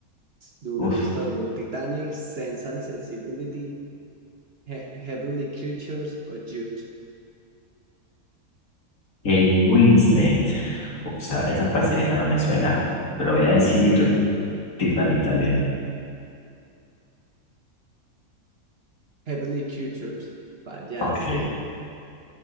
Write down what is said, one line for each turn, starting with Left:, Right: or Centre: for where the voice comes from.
Right: Duro,
Left: Uf.
Right: eso está duro. Titanic, Sense and Sensibility, He- Heavenly Creatures o Jude.
Left: Kate Winslet. O sea, esa parcerita no me suena, pero voy a decir Titanic también.
Right: Heavenly Creatures. Fallaste.
Left: Ok,